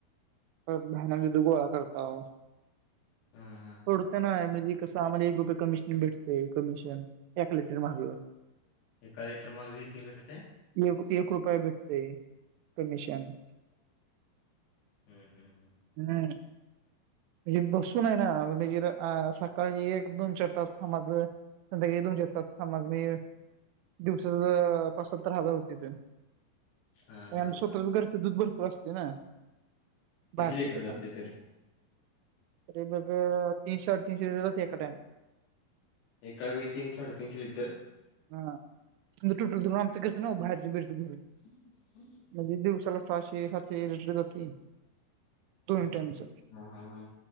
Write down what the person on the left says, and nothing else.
हा.
एका लिटर मग किती भेटतेय.
हम्म- हम्म - हम्म.
हा हा
हा
किती
लिटर
जाते तरी
एका वेळी तीन साडेतीनशे लिटर.
हम्म हम्म.
हा - हा - हा.